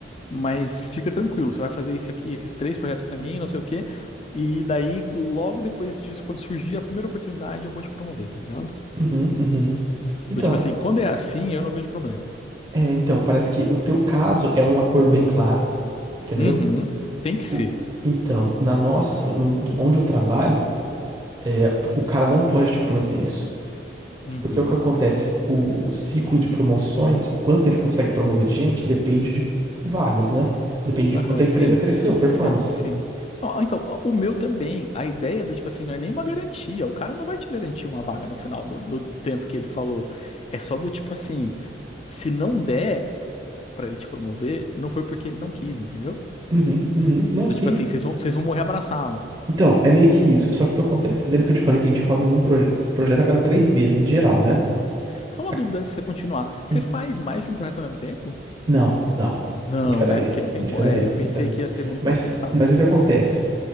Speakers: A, on the left; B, on the right.
A: mas fica tranquilo, você vai fazer isso aqui, esses três projetos pra mim, não sei o quê, e daí, logo depois disso, quando surgir a primeira oportunidade, eu vou te promover, tá ligado?
B: Uhum, uhum. Então,
A: Do tipo assim, quando é assim, eu não vejo problema.
B: é, então, parece que o teu caso é um acordo bem claro, entendeu?
A: Uhum, tem que ser.
B: O- então, na nossa, no- onde eu trabalho, é, o cara não pode te prometer isso.
A: Uhum.
B: Porque o que acontece? O ciclo de promoções, o quanto ele consegue promover de gente, depende de vagas, né? Depende de
A: Aham,
B: quanto a empresa
A: sim,
B: cresceu, performance.
A: sim, sim. Não, ah, Então, o o meu também, a ideia do tipo assim, não é nenhuma garantia, o cara não vai te garantir uma vaga no final do, do tempo que ele falou. É só do tipo assim, se não der pra ele te promover, não foi porque ele não quis, entendeu?
B: Uhum, uhum. Não,
A: Do
B: sim.
A: tipo assim, vocês vão, vocês vão morrer abraçado.
B: Então, é meio que isso. Só que o que acontece? Lembra que eu te falei que a gente roda em um proje- projeto a cada três meses em geral, né?
A: Aham. Só uma
B: A-
A: dúvida antes de você continuar. Você
B: Hum,
A: faz mais de um projeto ao mesmo tempo?
B: Não, não.
A: Não,
B: Um de cada
A: né?
B: vez.
A: Porque não tem
B: Um
A: como.
B: de cada
A: É,
B: vez.
A: eu pensei
B: Um de cada vez.
A: que ia ser muito
B: Mas,
A: bagunçado
B: mas
A: se
B: o
A: fosse
B: que acontece?
A: assim.